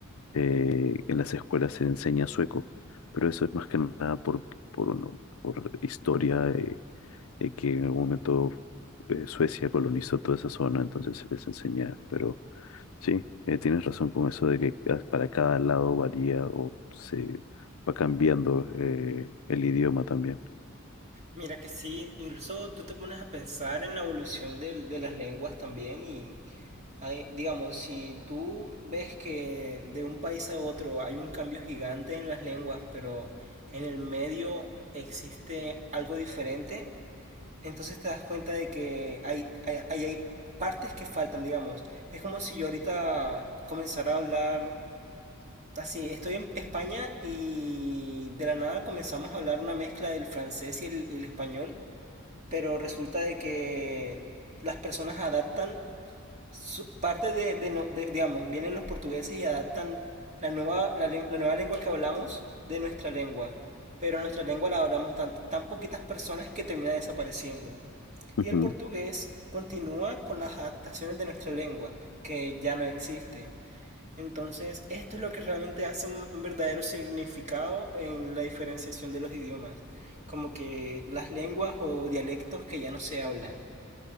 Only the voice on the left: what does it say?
eh, en las escuelas se enseña sueco, pero eso es más que nada por, por, no- por historia, eh, eh, que en algún momento eh, Suecia colonizó toda esa zona, entonces se les enseña, pero sí, eh, tienes razón con eso de que ca- para cada lado varía o se va cambiando eh, el idioma también.
Ujú,